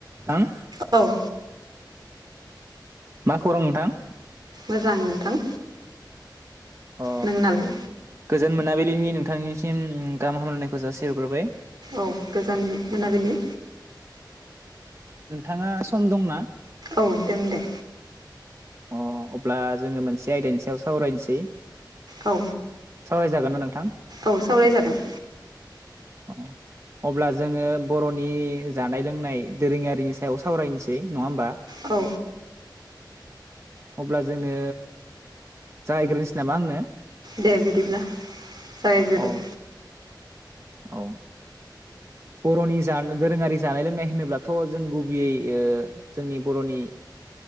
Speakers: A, on the right (about 35°); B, on the right (about 65°).
A: थां
B: औ
A: मा खौरां नोंथां?
B: मोजां नोंथां
A: अ
B: नोंनालाय
A: गोजोन मोनाबिलिनि नोंथांनिसिम गाहाम हामलायनायखौ जासि हरग्रोबाय
B: औ गोजोन मोनाबिलि
A: नोंथाङा सम दंना
B: औ दं दे
A: अ अब्ला जोङो मोनसे आयदानि सायाव सावरायनोसै
B: औ
A: सावरायजागोन ना नोंथां
B: औ सावरायजागोन
A: <inaudible> अब्ला जोङो बर'नि जानाय लोंनाय दोरोङारिनि सायाव सावरायनोसै नङा होमबा नों
B: औ
A: अब्ला जोङो जागायग्रोनोसै नामा आंनो
B: दे बिदिब्ला जागायग्रोदो
A: अ औ बर'नि जानो दोरोङारि जानाय लोंनाय होनोब्लाथ' जों गुबैयै ओ जोंनि बर'नि